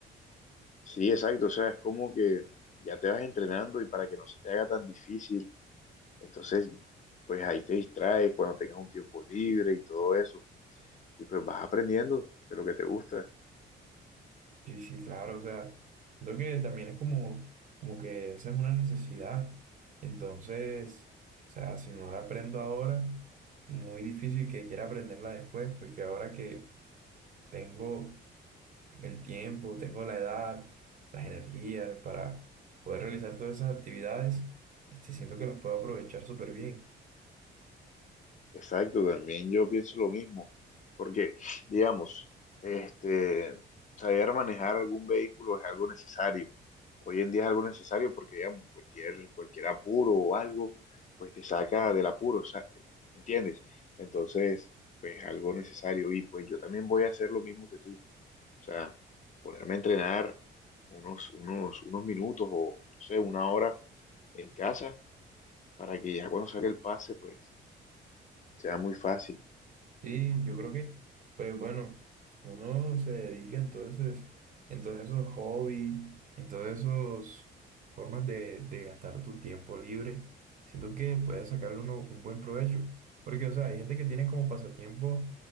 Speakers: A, on the left; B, on the right.
A: sí, exacto, o sea, es como que ya te vas entrenando y para que no se te haga tan difícil, entonces, pues ahí te distraes cuando tengas un tiempo libre y todo eso. y pues vas aprendiendo de lo que te gusta.
B: Sí, sí, claro, o sea, siento que también es como, como que esa es una necesidad. Entonces, o sea, si no la aprendo ahora, muy difícil que quiera aprenderla después, porque ahora que tengo el tiempo, tengo la edad, las energías para poder realizar todas esas actividades, este, siento que las puedo aprovechar súper bien.
A: Exacto, también yo pienso lo mismo, porque, digamos, este, saber manejar algún vehículo es algo necesario. Hoy en día es algo necesario porque, digamos, cualquier, cualquier apuro o algo, pues te saca del apuro, sa- ¿entiendes? Entonces, pues algo necesario. Y pues yo también voy a hacer lo mismo que tú. O sea, ponerme a entrenar unos, unos, unos minutos o, no sé, una hora en casa para que ya cuando saque el pase, pues sea muy fácil.
B: Sí, yo creo que, pues bueno, que uno se dedica entonces, en todos esos hobbies, en todas esas formas de, de gastar tu tiempo libre, siento que puede sacarle uno un buen provecho. Porque, o sea, hay gente que tiene como pasatiempo,